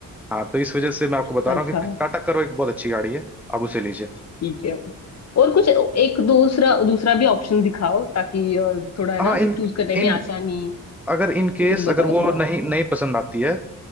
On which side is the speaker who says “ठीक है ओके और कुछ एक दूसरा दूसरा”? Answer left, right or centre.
Left